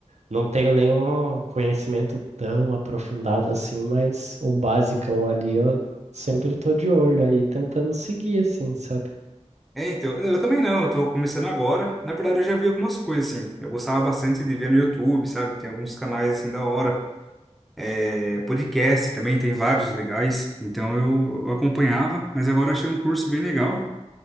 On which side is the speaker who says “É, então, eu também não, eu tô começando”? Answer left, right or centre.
Centre